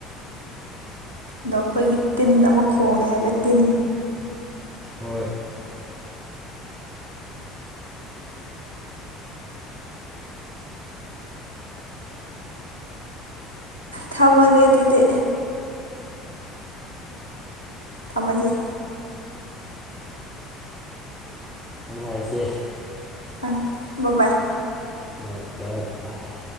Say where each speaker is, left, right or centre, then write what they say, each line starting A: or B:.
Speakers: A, on the left (about 85°); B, on the left (about 20°).
A: ꯑꯗ ꯑꯩꯈꯣꯏꯒꯤ ꯇꯤꯟ ꯑꯃ ꯈꯣꯡꯉꯦ ꯍꯥꯏꯕ ꯇꯤꯟ
B: ꯍꯣꯏ
A: ꯊꯝꯃꯒꯦ ꯑꯗꯨꯗꯤ ꯊꯃꯖꯩ
B: ꯑꯣꯚꯔꯁꯦꯁ
A: ꯑ ꯕꯥꯕꯥꯏ
B: ꯍꯣꯏ ꯔ ꯇꯥꯏ